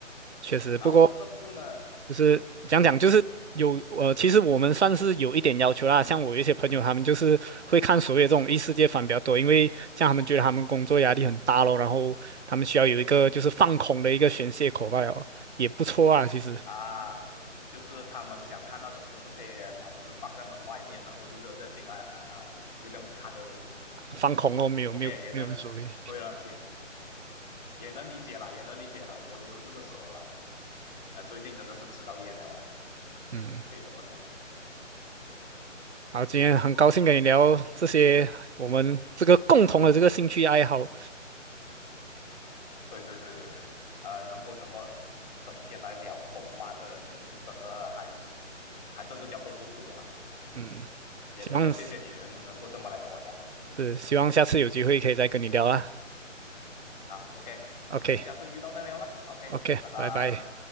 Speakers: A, on the right; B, on the left.
A: 确实，
B: 然后这部呢，
A: 不过就是讲讲，
B: 嗯
A: 就是有呃，其实我们算是有一点要求啦。像我有一些朋友，他们就是会看所谓的这种异世界番比较多，因为像他们觉得他们工作压力很大咯，然后他们需要有一个就是放空的一个宣泄口吧，了，也不错啊。其实
B: 啊，就是他们想看那种就是可以脑子放在门外面，然后就是再进来啊、呃，就这样子看的东西。
A: 放空咯，没有没有没有所谓。
B: OK，也能，对了，也也能理解了，也能理解了，我也有这个时候了，但是呃，最近真的是吃到噎了了，
A: 嗯，
B: 可以这么讲。
A: 好，今天很高兴跟你聊这些我们这个共同的这个兴趣爱好。
B: 对对对对对，呃，能够这么整篇来聊动漫的人，也是真的还是还真的叫做不多了。嗯，
A: 嗯，
B: 也真的谢谢你能能够这么来跟我聊。
A: 希望
B: 嗯，
A: 是希望下次有机会可以再跟你聊啦。
B: 好，OK，我们下次遇到再聊了。
A: OK
B: OK，
A: OK，
B: 拜拜。
A: 拜拜。